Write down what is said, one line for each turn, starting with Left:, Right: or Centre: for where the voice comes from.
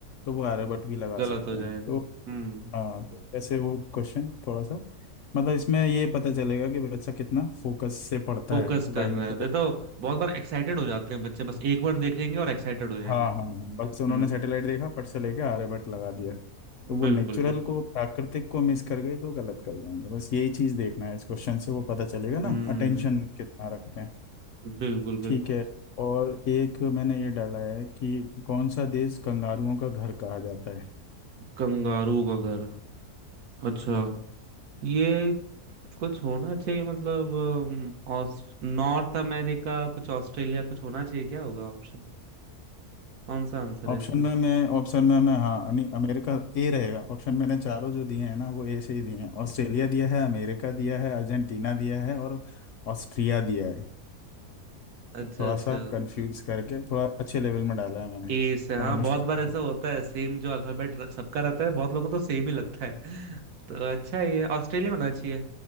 Left: तो वो आर्यभट्ट भी लगा
Right: गलत
Left: सकते
Right: हो
Left: हैं
Right: जाएगा
Left: तो
Right: हम्म
Left: हाँ तो ऐसे वो क्वेश्चन थोड़ा सा मतलब इसमें ये पता चलेगा कि बच्चा कितना फोकस से पढ़ता
Right: फोकस
Left: है
Right: कर
Left: लाइन
Right: रहा है
Left: को
Right: देखो बहुत बार एक्साइटेड हो जाते हैं बच्चे बस एक बार देख लेंगे और एक्साइटेड हो जाएंगे
Left: हाँ हाँ हाँ बस
Right: हम्म
Left: उन्होंने सैटेलाइट देखा फट से लेके आर्यभट्ट लगा दिया तो वो
Right: बिल्कुल
Left: नेचुरल
Right: बिल्कुल
Left: को प्राकृतिक को मिस कर गए तो गलत कर जाएंगे बस यही चीज देखना है इस क्वेश्चन से वो पता चलेगा
Right: हम्म
Left: ना अटेंशन कितना रखते हैं
Right: बिल्कुल
Left: ठीक
Right: बिल्कुल
Left: है और एक मैंने ये डाला है कि कौन सा देश कंगारुओं का घर कहा जाता है
Right: कंगारू का घर अच्छा ये कुछ होना चाहिए मतलब अम, ऑस- नॉर्थ अमेरिका कुछ ऑस्ट्रेलिया कुछ होना चाहिए क्या होगा ऑप्शन कौन सा आंसर
Left: ऑप्शन
Right: है इसमें
Left: में
Right: से
Left: मैं ऑप्शन में मैं हाँ यानी अमेरिका ए रहेगा ऑप्शन मैंने चारों जो दिए हैं ना वो ए से ही दिए हैं ऑस्ट्रेलिया दिया है अमेरिका दिया है अर्जेंटीना दिया है और ऑस्ट्रिया दिया है
Right: अच्छा
Left: तो थोड़ा
Right: अच्छा
Left: सा कंफ्यूज करके थोड़ा अच्छे लेवल में डाला है मैंने
Right: ए से हाँ
Left: मतलब मुश्किल
Right: बहुत बार
Left: वाले।
Right: ऐसा होता है सेम जो अल्फाबेट सबका रहता है बहुत लोगों को तो सेम ही लगता है <laughs> तो अच्छा है ये ऑस्ट्रेलिया होना चाहिए